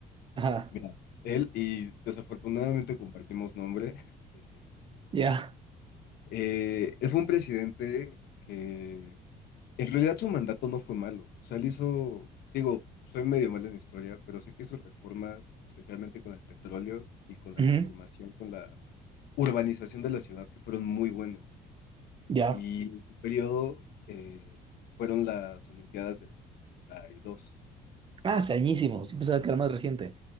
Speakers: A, on the right (about 30°); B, on the left (about 75°).
A: Ajá,
B: mira, él y desafortunadamente compartimos nombre.
A: ya.
B: Eh, fue un presidente que en realidad su mandato no fue malo. O sea, él hizo, digo, soy medio malo en historia, pero sé que sus reformas, especialmente con el petróleo y con la
A: Ujú,
B: reformación, con la urbanización de la ciudad, que fueron muy buenas.
A: Ya.
B: Y en su periodo eh, fueron las Olimpiadas del 62.
A: Ah, hace añísimos.
B: Entonces,
A: Yo Pensaba que era más reciente.